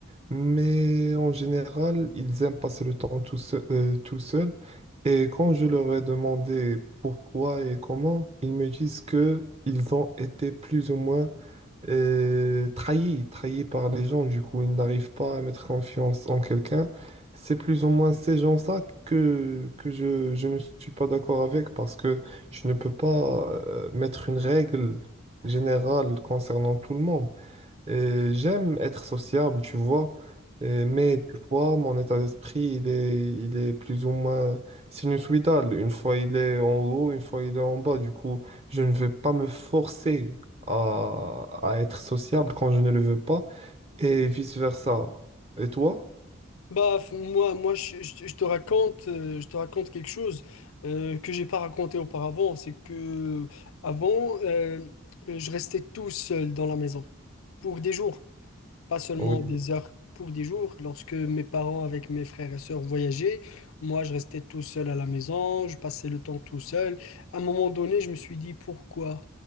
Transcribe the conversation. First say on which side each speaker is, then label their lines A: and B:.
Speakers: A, on the right; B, on the left.
A: Mais en général, ils aiment passer le temps tout seul, tout seul. Et quand je leur ai demandé pourquoi et comment, ils me disent que ils ont été plus ou moins euh, trahis, trahis par les gens. Du coup, ils n'arrivent pas à mettre confiance en quelqu'un. C'est plus ou moins ces gens-là que, que je, je ne suis pas d'accord avec parce que je ne peux pas euh, mettre une règle générale concernant tout le monde. Euh, j'aime être sociable, tu vois, euh, mais des fois, mon état d'esprit, il est, il est plus ou moins sinusoïdal. Une fois, il est en haut, une fois, il est en bas. Du coup, je ne vais pas me forcer à, à être sociable quand je ne le veux pas, et vice-versa. Et toi?
B: Bah, f- moi, moi je, je- je te raconte, euh, je te raconte quelque chose euh, que j'ai pas raconté auparavant. C'est que avant, euh, je restais tout seul dans la maison pour des jours, pas seulement
A: Oui,
B: des heures, pour des jours. Lorsque mes parents avec mes frères et sœurs voyageaient, moi, je restais tout seul à la maison, je passais le temps tout seul. À un moment donné, je me suis dit pourquoi?